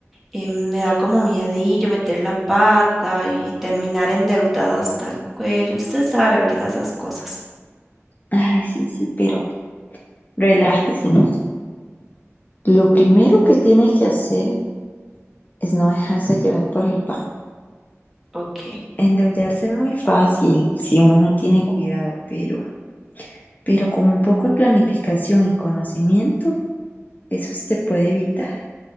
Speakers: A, in the centre; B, on the left.
A: eh, me da como miedillo meter la pata y terminar endeudada hasta el cuello. Usted sabe, ¿verdad? Esas cosas.
B: Ay, sí, sí, pero relájese, Mela. Lo primero que tiene que hacer es no dejarse llevar por el pan.
A: Ok.
B: Endeudarse es muy fácil si uno no tiene cuidado, pero, pero con un poco de planificación y conocimiento, eso se puede evitar.